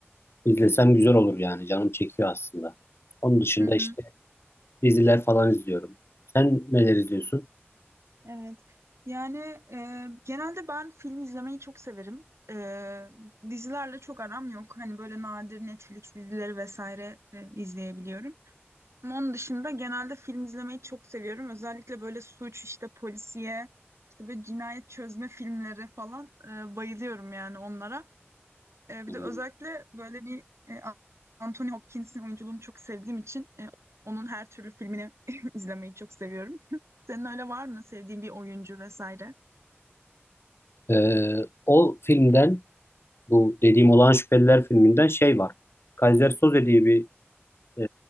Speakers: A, on the left; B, on the right.
A: izlesem güzel olur yani. Canım çekiyor aslında. Onun dışında
B: Hı hı,
A: işte diziler falan izliyorum. Sen neler izliyorsun?
B: evet. Yani e, genelde ben film izlemeyi çok severim. E, dizilerle çok aram yok. Hani böyle nadir Netflix dizileri vesaire e, izleyebiliyorum. Ama onun dışında genelde film izlemeyi çok seviyorum. Özellikle böyle suç, işte polisiye, işte böyle cinayet çözme filmleri falan e, bayılıyorum yani onlara. E, bir
A: Hmm.
B: de özellikle böyle bir e, Anthony Hopkins'in oyunculuğunu çok sevdiğim için e, onun her türlü filmini <laughs> izlemeyi çok seviyorum. <laughs> Senin öyle var mı sevdiğin bir oyuncu vesaire?
A: E, o filmden bu dediğim Olağan Şüpheliler filminden şey var. Kaiser Soze diye bir e,